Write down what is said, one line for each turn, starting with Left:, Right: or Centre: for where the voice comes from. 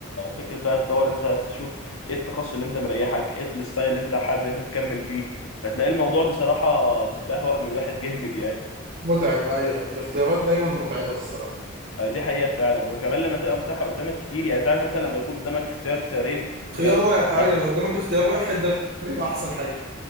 Left: فكره بقى تدور انت عايز تشوف ايه التخصص اللي انت مريحك ايه الستايل اللي انت حابب ان انت تكمل فيه فتلاقي الموضوع بصراحه بهوأ من الواحد <laughs> جامد يعني
Right: متعب ايوه الاختيارات دايما متعبه الصراحه
Left: آه، دي حقيقة فعلا وكمان لما تبقى متاحة قدامك كتير يعني انت عارف مثلا لما يكون قدامك اختيار اختيارين
Right: خيار
Left: بيبقى
Right: واحد
Left: الموضوع
Right: ايوه
Left: سهل.
Right: لو قدامك اختيار واحد ده بيبقى احسن حاجه